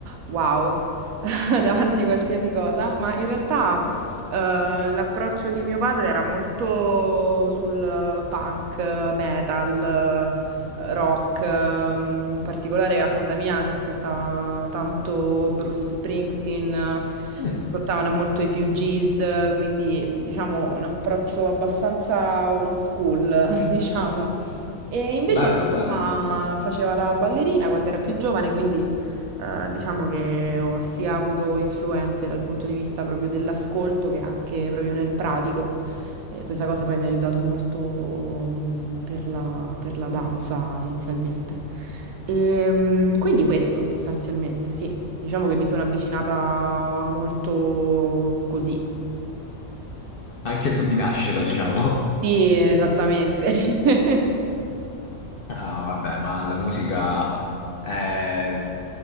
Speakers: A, on the right (about 75°); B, on the left (about 55°).
A: wow <laughs> davanti a qualsiasi cosa, ma in realtà eh, l'approccio di mio padre era molto sul eh, punk, metal rock. ehm, In particolare a casa mia si ascoltava tanto Bruce Springsteen, eh,
B: mm,
A: si ascoltavano molto i Fugees, eh, quindi diciamo un approccio abbastanza old school, <laughs> diciamo. E invece
B: bello, bello.
A: mia mamma faceva la ballerina quando era più giovane, quindi eh, diciamo che ho sia avuto influenze dal punto di vista proprio dell'ascolto che anche proprio nel pratico. E questa cosa poi mi ha aiutato molto mm, per la, per la danza inizialmente. E, mm, quindi questo sostanzialmente, sì. Diciamo che mi sono avvicinata molto così.
B: Anche tu di nascita, diciamo.
A: Sì, esattamente. <laughs>
B: Ah, vabbè, ma la musica è,